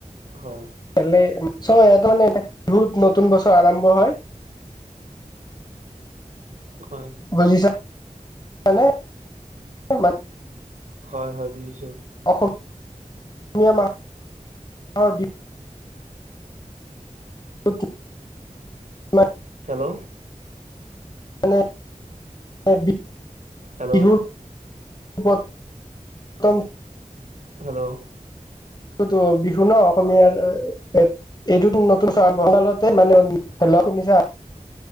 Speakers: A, on the right (about 65°); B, on the left (about 30°).
A: হয়
B: খলে চ ইয়াত মানে বিহুত নতুন বছৰ আৰম্ভ হয়
A: হয়
B: বুজিছ এনে <unintelligible>
A: হয় হয় বুজিছো
B: অসম -অসমীয়া মা আৰু বি <unintelligible>
A: হেল্ল'।
B: <unintelligible>
A: হেল্ল'
B: বিহুৰ <unintelligible>
A: হেল্ল'।
B: তো বিহু ন' অসমীয়াৰ এক এইটোত নতুন <unintelligible> মানে, হেল্ল' শুনিছা?